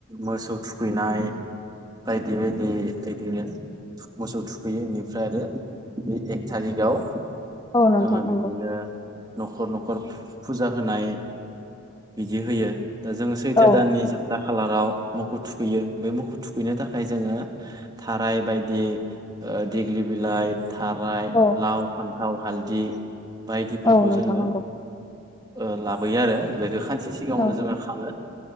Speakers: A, on the right (about 20°); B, on the left (about 20°).
A: मोसौ थुखैनाय। बायदि बायदि बिदिनो। मोसौ थुखैयो बेनिफ्राय आरो बे एक थारिगाव।
B: औ नोंथां
A: जोंहा
B: नंगौ
A: बिदिनो। न'खर न'खर फुजा होनाय बिदि होयो दा जों सैथो
B: औ
A: दाननि जोब था खालाराव मोखौ थुखैयो, बे मोखौ थुखैनो थाखाय जोङो थाराय बायदि ओ दिग्लि बिलाइ। थाराय
B: औ
A: लाव फान्थाव हालदि बायदिफोरखौ
B: औ नोंथां
A: जोङो
B: नंगौ
A: ओ लाबोयो आरो बेखौ खानसे सिगाङावनो
B: औ
A: जोङो खाङो।